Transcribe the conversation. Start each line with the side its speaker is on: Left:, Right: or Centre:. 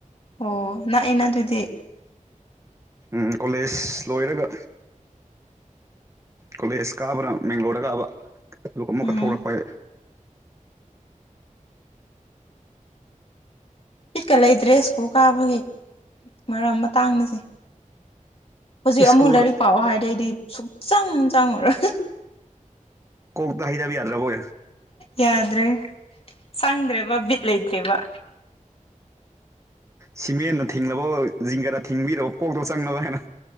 Left: ꯑꯣ ꯅꯛꯏꯅ ꯑꯗꯨꯗꯤ
Right: ꯎꯝ ꯀꯣꯂꯦꯖ ꯂꯣꯏꯔꯒ ꯀꯣꯂꯦꯖ ꯀꯥꯕꯅꯥ ꯕꯦꯡꯒ꯭ꯂꯣꯔꯗ ꯀꯥꯕ ꯑꯗꯨꯒ ꯑꯃꯨꯛꯀ
Left: ꯎꯝ
Right: ꯊꯣꯛꯂꯛꯄ ꯑꯩ
Left: ꯕꯤꯠꯀ ꯂꯩꯗ꯭ꯔꯦ ꯁ꯭ꯀꯨꯜ ꯀꯥꯕꯒꯤ ꯃꯔꯝ ꯃꯇꯥꯡꯁꯦ ꯍꯧꯖꯤꯛ ꯑꯃꯨꯛ
Right: ꯁ꯭ꯀꯨꯜ
Left: ꯂꯥꯏꯔꯤꯛ ꯄꯥꯎ ꯍꯥꯏꯗꯩꯗꯤ ꯁꯨꯛꯆꯪ ꯆꯪꯉꯨꯔꯣꯏ
Right: ꯀꯣꯛꯇꯥ ꯍꯩꯗꯕ ꯌꯥꯗꯔ꯭ꯕꯣ
Left: ꯌꯥꯗ꯭ꯔꯦ ꯆꯪꯗꯔ꯭ꯦ ꯕꯤꯠ ꯂꯩꯇꯔꯦꯕꯥ
Right: ꯁꯤꯃꯦꯟꯅ ꯊꯤꯡꯂꯅꯕ ꯖꯤꯡꯒꯗ ꯊꯤꯡꯕꯤꯔꯕ ꯀꯣꯛꯇꯣ ꯆꯪꯅꯕ ꯍꯥꯏꯅ